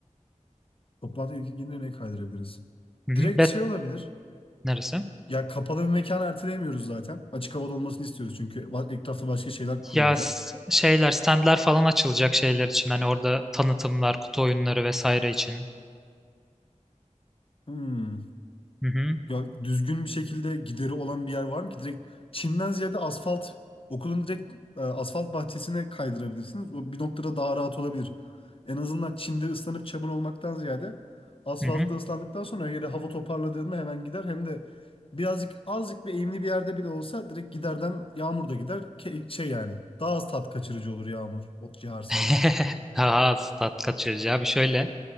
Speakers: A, on the left; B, in the centre.
A: toplantı etkinliğini ne kaydırabiliriz?
B: Hı hı,
A: Direkt
B: Bet
A: şey olabilir.
B: neresi?
A: Ya kapalı bir mekan erteleyemiyoruz zaten. Açık havada olmasını istiyoruz çünkü va- etrafta başka şeyler kurulacak.
B: Ya s- şeyler, standlar falan açılacak şeyler için. Hani orada tanıtımlar, kutu oyunları vesaire için.
A: Hmm.
B: Hı hı,
A: Ya düzgün bir şekilde gideri olan bir yer var mı ki? Direkt çimden ziyade asfalt, okulun direkt e, asfalt bahçesine kaydırabilirsiniz. O bir noktada daha rahat olabilir. En azından çimde ıslanıp çamur olmaktan ziyade asfaltta
B: hı hı.
A: ıslandıktan sonra yere hava toparladığında hemen gider. Hem de birazcık azıcık bir eğimli bir yerde bile olsa direkt giderden yağmur da gider. Ke- şey yani daha az tat kaçırıcı olur yağmur ot yağarsa.
B: <laughs> Daha az tat kaçırıcı abi. Şöyle,